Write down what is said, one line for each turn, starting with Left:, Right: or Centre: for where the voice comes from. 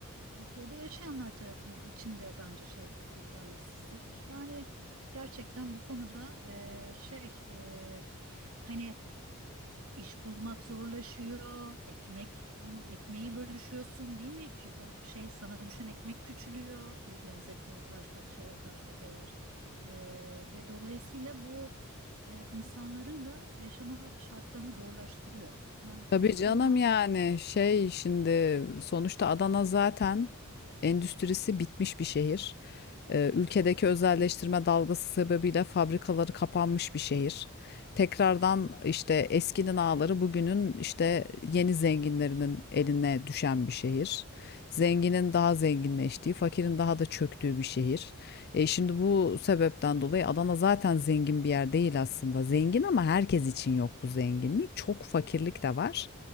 Right: Türkiye'de yaşayanlar tarafının içinde bence şey bir talihsizlik. Yani gerçekten bu konuda e, şey e, hani İş bulmak zorlaşıyor. Ekmek ekmeği bölüşüyorsun değil mi? Ki ba- Şey sana düşen ekmek küçülüyor. Bir benzetme yaparsak şey yaparsak eğer Ee, ve dolayısıyla bu e, insanların da yaşama şartlarını zorlaştırıyor. Ben
Left: Tabii
Right: o bakımdan
Left: canım yani şey şimdi sonuçta Adana zaten endüstrisi bitmiş bir şehir. Ee, ülkedeki özelleştirme dalgası sebebiyle fabrikaları kapanmış bir şehir. Tekrardan işte eskinin ağları bugünün işte yeni zenginlerinin eline düşen bir şehir. Zenginin daha zenginleştiği, fakirin daha da çöktüğü bir şehir. E, şimdi bu sebepten dolayı Adana zaten zengin bir yer değil aslında. Zengin ama herkes için yok bu zenginlik. Çok fakirlik de var.